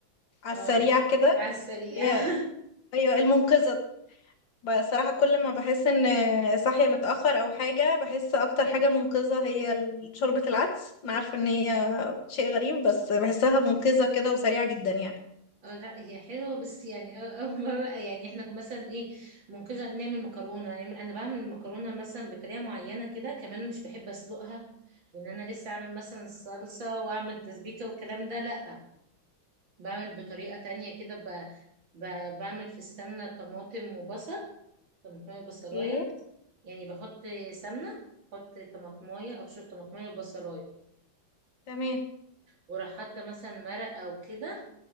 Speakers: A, on the left; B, on the right.
A: على
B: اه
A: السريع كده
B: على السريع
A: اللي هي-
B: <laughs>
A: ايوه المنقذه بصراحه كل ما بحس ان صاحيه متاخر او حاجه بحس اكتر حاجه منقذه هي ال- شوربه العدس انا عارفه ان هي شيء غريب بس بحسها منقذه كده وسريعه جدا يعني
B: اه لا هي حلوة بس يعني اه أول مرة يعني احنا كنا مثلا ايه ممكن نعمل مكرونة نعمل انا بعمل مكرونة مثلا بطريقة معينة كده كمان مش بحب اسلقها وان انا لسه اعمل مثلا الصلصة واعمل تسبيكة والكلام ده لا بعمل بطريقة تانية كده ب... ب... بعمل في السمنة طماطم وبصل طماطم وبصلاية
A: ايه
B: يعني بحط سمنة بحط طماطماية أبشر طماطماية وبصلاية
A: تمام
B: وراح حاطة مثلا مرق أو كده